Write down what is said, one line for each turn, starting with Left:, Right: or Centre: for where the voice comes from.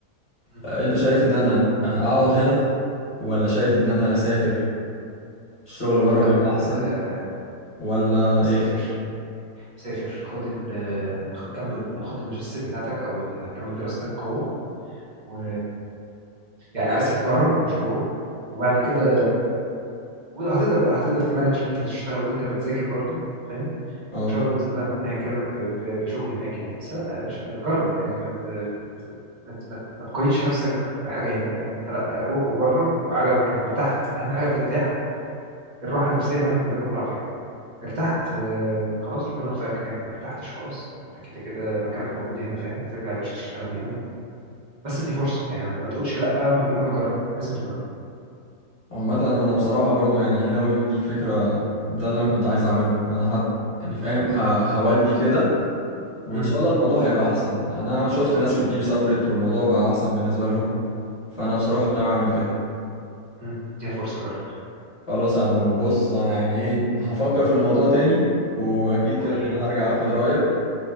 Right: م-
Left: آه انت شايف ان انا آه، اقعد هنا ولا شايف ان انا اسافر الشغل بره
Right: لا
Left: بيبقى احسن
Right: آه
Left: ولا
Right: سافر
Left: ايه
Right: سافر خد ال خد كمل خد الماجستير بتاعتك او ال- كمل دراستك جوه و يعني اسف بره مش جوه وبعد كده ولو هتقدر بقى هتقدر تمانج ان انت تشتغل وانت بتذاكر برضو فاهم
Left: اه
Right: وان شاء الله باذن الله ربنا هيكرمك ب- ب- بشغل هناك يعني بس لا يا باشا جرب يعني ما ت- ما ت- ما ت- ما تقيدش نفسك بحاجه هنا انت لا روح وجرب وعجبك وارتحت اهم حاجه ترتاح الراحه النفسيه اهم من ده كله على فكره ارتحت آه، خلاص ربنا وفقك هناك ما ارتحتش خلاص انت كده كده مكانك موجود هنا فاهم ترجع يا باشا تشتغل هنا و... بس دي فرصه يعني ما, ما تقولش لا من غير ما تجرب لازم تجرب
Left: عامه انا بصراحه برضو يعني ايه ناوي دي فكره ده اللي انا كنت عايز اعمله انا هت يعني
Right: م-
Left: فاهم ه... هودي كده وان
Right: م-
Left: شاء الله الموضوع هيبقى احسن انا شفت ناس
Right: ش-
Left: كتير سافرت والموضوع بقى احسن بالنسبه لهم فانا بصراحه
Right: م-
Left: انا بعمل كده
Right: م. دي فرصه جرب
Left: خلاص يا عمور بص انا يعني ايه هفكر في الموضوع تاني واكيد
Right: وقول
Left: كده كده
Right: لي
Left: هرجع اخد رايك